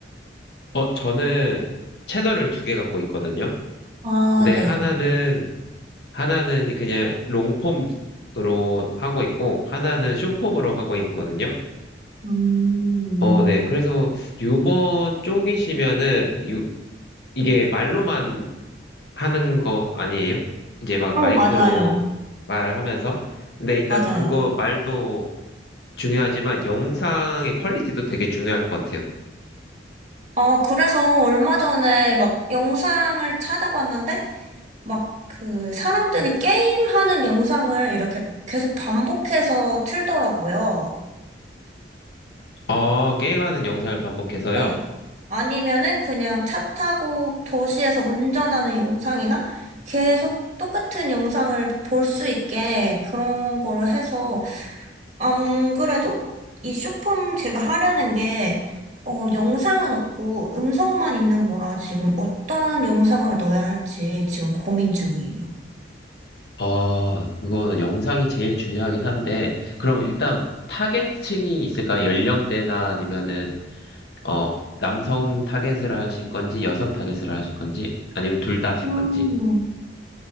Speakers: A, on the left; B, on the right.
A: 어, 저는 채널을 두 개 갖고 있거든요.
B: 아,
A: 근데
B: 네.
A: 하나는 하나는 그냥 롱폼으로 하고 있고, 하나는 숏폼으로 하고 있거든요.
B: 음,
A: 어, 네. 그래서 유머 쪽이시면은, 유, 이게 말로만 하는 거 아니에요? 이제 막
B: 어,
A: 마이크로
B: 맞아요.
A: 말하면서. 근데 일단
B: 맞아요.
A: 그거 말도 중요하지만 영상의 퀄리티도 되게 중요할 것 같아요.
B: 어, 그래서 얼마 전에 막 영상을 찾아봤는데, 막 그 사람들이 게임하는 영상을 이렇게 계속 반복해서 틀더라고요.
A: 어, 게임하는 영상을 반복해서요.
B: 네. 아니면은 그냥 차 타고 도시에서 운전하는 영상이나 계속 똑같은 영상을 볼 수 있게 그런 거를 해서 안 그래도 이 쇼폼 제가 하려는 게, 어, 영상은 없고 음성만 있는 거라 지금 어떤 영상을 넣어야 할지 지금 고민 중이에요.
A: 아, 그건 영상이 제일 중요하긴 한데, 그럼 일단 타겟층이 있을까? 연령대나 아니면은, 어, 남성 타겟을 하실 건지, 여성 타겟을 하실 건지, 아니면 둘 다 하실
B: 음,
A: 건지?